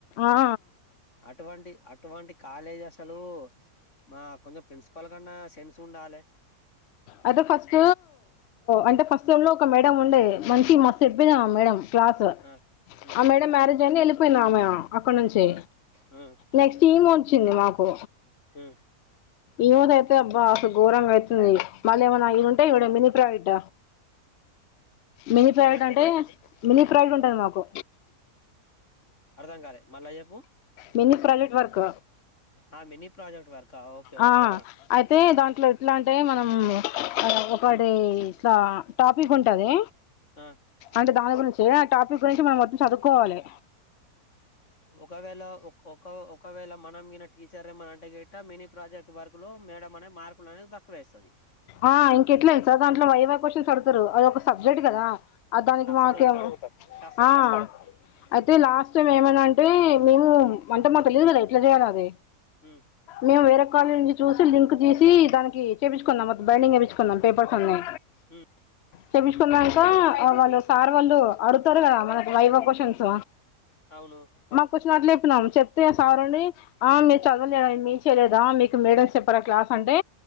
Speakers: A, on the left (about 70°); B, on the left (about 50°).
A: ఆ
B: అటువంటి అ అటువంటి కాలేజ్ అసలు మా కొంచం ప్రిన్సిపల్ కన్నా సెన్స్ ఉండాలె.
A: అయితే ఫస్ట్ అంటే ఫస్ట్ టైమ్లో ఒక మేడం ఉండే మంచి మ చెప్పినా మేడం క్లాస్
B: ఆ ఉమ్
A: ఆ మేడం మ్యారేజ్ అయింది ఎళ్ళిపోయింది ఆమే అక్కడ్నుంచి
B: ఆ ఆ
A: నెక్స్ట్ ఈమో చ్చింది మాకు
B: ఆ
A: ఈరోజైతే అబ్బా అసల్ ఘోరం అయి మళ్ళ ఏమైన్నా అయి ఉంటే ఇవిడ మిని ప్రవేట మినీ ప్రైవేట్
B: ఏమంటది
A: అంటే మినీ ప్రైజ్ ఉంటది మాకు
B: అర్థం కాలే మళ్ళ చెప్పు.
A: మినీ ప్రాజెక్ట్ వర్క్
B: ఆ మినీ ప్రాజెక్ట్ వర్కా ఓకే
A: ఆ
B: ఓకే
A: అయితే దాంట్లో ఎట్లా అంటే మనం మ్ ఒకటి ఇట్లా టాపిక్ ఉంటది
B: ఆ
A: అంటే దాని గురించి ఆ టాపిక్ గురించి మనం మొత్తం చదువుకోవాలి.
B: ఒకవేళ ఒ ఒక ఒకవేళ మనం గిన టీచర్ ఏమన అంటే గిట్ట మినీ ప్రాజెక్ట్ వర్క్ లో మేడం అనే మార్కులు అనేది తక్కువ వేస్తది
A: ఆ ఇంకెట్ల తెల్సా దాంట్లో వైవా క్వశ్చన్ అడు తరు అది ఒక సబ్జెక్ట్ కదా అద్ దానికి
B: టఫ్
A: మాకేం
B: అడుగుతది టఫ్
A: ఆ
B: అడుగుతది
A: అయితే లాస్ట్ టైమ్ ఏమన్నా అంటే మేము అంటే మాకు తెలీదు కదా ఎట్లా చేయాల్ అది
B: మ్
A: మేం వేరే కాలేజ్ నుంచి చూసి లింక్ చేసి దానికి చేపిచుకున్నాం మో బైండింగ్ ఏపిచుకుంన్నాం పేపర్స్ అన్ని
B: ఉ
A: చెపించుకున్నాక వాళ్ళు సార్ వాళ్ళు అడుగుతారు కదా మనకు వైవ క్వశ్చన్స్
B: అవును
A: కొచ్చినట్లు చెప్పినన్నాము చెప్తే సార్ండి ఆ మీరు చదవలేదు మీ చేయలేదా మీకు మేడ చెప్పారా క్లాస్ అంటే